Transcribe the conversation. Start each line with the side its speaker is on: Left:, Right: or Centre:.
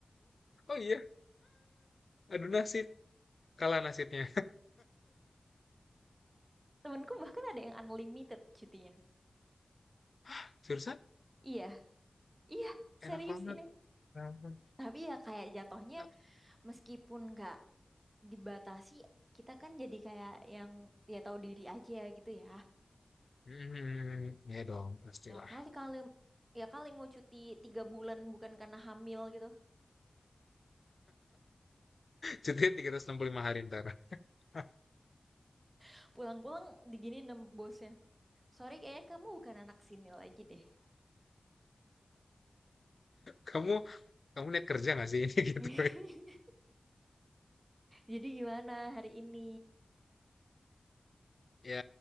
Left: Oh iya. Aduh nasib, kalah nasibnya.
Right: Temenku bahkan ada yang unlimited cutinya.
Left: <laughs> Jurusan
Right: Iya, iya,
Left: enak
Right: serius
Left: banget.
Right: ini.
Left: Enak.
Right: Tapi ya kayak jatuhnya
Left: banget.
Right: meskipun nggak dibatasi, kita kan jadi kayak yang ya tahu diri aja gitu ya.
Left: Hmm, ya dong, pastilah.
Right: Ya kali-kali ya kali mau cuti tiga bulan bukan karena hamil gitu.
Left: Cutinya 365 hari ntar. <laughs>
Right: <laughs> Pulang-pulang digini nem bosnya. Sorry kayaknya kamu bukan anak sini lagi deh.
Left: Kamu kamu niat kerja nggak sih ini <laughs> gitu?
Right: <laughs> Jadi gimana hari ini?
Left: Ya